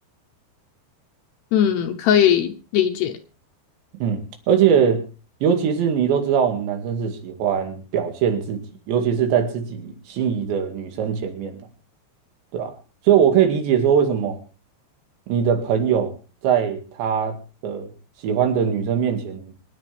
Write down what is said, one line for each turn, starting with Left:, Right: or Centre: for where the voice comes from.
Left: 嗯，可以理解。
Right: 嗯，而且尤其是你都知道，我们男生是喜欢表现自己，尤其是在自己心仪的女生前面的，对吧？所以我可以理解说，为什么你的朋友在他的喜欢的女生面前，